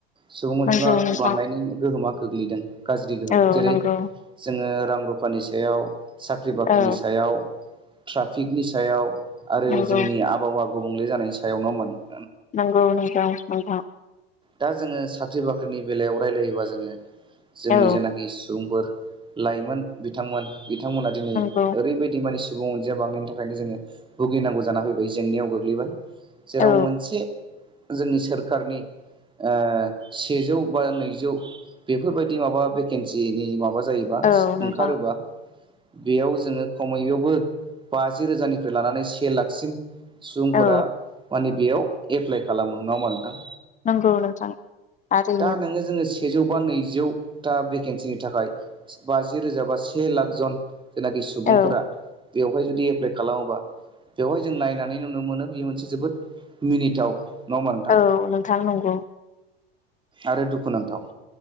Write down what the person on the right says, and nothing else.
सुबुं अनजिमा
बांनायनि गोहोमा गोग्लैदों। गाज्रि गोहोम
जेरै
जोङो रां रुफानि सायाव साख्रि बाख्रिनि
सायाव ट्राफिकनि सायाव आरो
जोंनि आबहावा गुबुंले जानायनि सायाव नङा होमबि नों
दा जोङो साख्रि बाख्रिनि बेलायाव रायलायोबा जोङो जोंनि
जानाखि सुबुंफोर लाइमोन बिथांमोन बिथांमोना दिनै
ओरैबायदि मान सुबुं अनजिया बांनायनि थाखायनो जोङो भुगिनांगौ जाना फैबाय जेंनायाव गोग्लैबाय जेराव
मोनसे जोंनि सोरकारनि ओ सेजौ बा नैजौ बेफोरबायदि माबा भेकेन्सिनि माबा जायोबा
ओंखारोबा बेयाव जोङो खमैयावबो बाजि रोजानिफ्राय लानानै से लाखसिम सुबुंफोरा
माने बेयाव एप्लाइ खालामो नङा होनबा नोंथां।
दा नोङो जोङो सेजौ बा नैजौथा भेकेन्सिनि थाखाय बा जि रोजा बा से लाख जन जेनाखि सुबुंफोरा
बेवहाय जुदि एप्लाइ खालामोबा बेवहाय जों नायनानै नुनो मोनो बेयो मोनसे जोबोद मिनिथाव नङा होमबा नोंथां
आरो दुखुनांथाव।